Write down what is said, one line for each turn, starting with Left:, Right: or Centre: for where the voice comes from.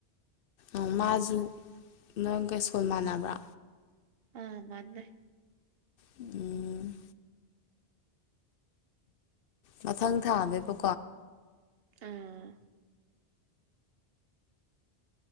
Left: ꯎꯝ ꯃꯥꯁꯨ ꯅꯪꯒ ꯁ꯭ꯀꯨꯜ ꯃꯥꯟꯅꯕ꯭ꯔꯥ
Right: ꯑꯥ ꯃꯥꯟꯕꯩ
Left: ꯎꯝ ꯃꯊꯪ ꯊꯥꯅꯦꯕꯀꯣ
Right: ꯑꯥ